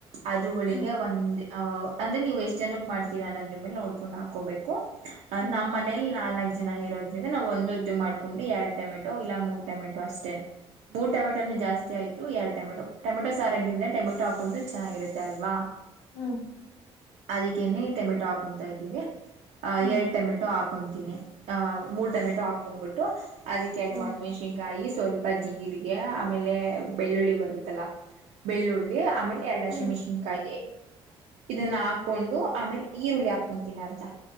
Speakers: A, on the right (about 80°); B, on the left (about 70°).
A: ಅದರ ಒಳಗೆ
B: ಹ್ಮ್
A: ಒಂದೇ <unintelligible> ಅ ಅಂದ್ರೆ ನೀವು ಎಷ್ಟ್ ಜನಕ್ ಮಾಡ್ತೀರಾ ಅನ್ನೋದ್ರ ಮೇಲೆ ನೋಡ್ಕೊಂಡು ಹಾಕೋಬೇಕು. ಅ
B: ಹ್ಮ್ ಹ್ಮ್
A: ನಮ್ಮ್ ಮನೇ <unintelligible> ನಾಲಕ್ ಜನ ಇರೋದ್ರಿಂದ ನಾವು ಒಂದೊತ್ತು ಮಾಡ್ಕೊಂಡು ಎರಡ್ ಟಮೆಟೊ ಇಲ್ಲ ಮೂರ್ ಟಮೆಟೊ ಅಷ್ಟೇನೆ. <unintelligible> ಮೂರ್ ಟಮೆಟೊನು
B: ಹ್ಮ್
A: ಜಾಸ್ತಿ ಆಯ್ತು. <unintelligible> <unintelligible> ಎರಡ್ ಟಮೆಟೊ ಟಮಟೊ ಸಾರಾಗಿಲ್ಲ ಟೊಮೆಟೊ ಹಾಕೊಂಡು ಚೆನ್ನಾಗಿರುತ್ತೆ ಅಲ್ವಾ.
B: ಹ್ಮ್
A: ಅದಕ್ಕೆನೆ ಟಮೆಟೊ ಹಾಕೊಂತಾ ಇದ್ದೀವಿ. ಆ
B: ಹ್ಮ್
A: ಎ <unintelligible> ಟಮೆಟೋ ಹಾಕೊಂತೀನಿ. ಆ ಮೂರ್ ಟೊಮೆಟೊ ಹಾಕೊಂಬಿಟ್ಟು ಟು ಅದಕ್ಕೆೆ
B: ಹ್ಮ್
A: ಡಡೋನಾ ಮೆಣಸಿನ ಕಾಯಿ ಸ್ವ ಸ್ವಲ್ಪ ಜೀರಿಗೆ ಆಮೇಲೆ ಬೆಳ್ಳುಳ್ಳಿ ಬರುತ್ತಲ್ಲ ಬೆಳ್ಳುಳ್ಳಿ ಆಮೇಲೆ ಎರಡ ಹಸಿ
B: ಹ್ಮ್
A: ಮೆಣಸಿಕಾಯಿ. ಇದನ್ನ ಹಾಕೊಂಡು ಆಮೇಲೆ ಈರುಳ್ಳಿ ಹಾಕೊಂತೀನಿ ಅರ್ದ.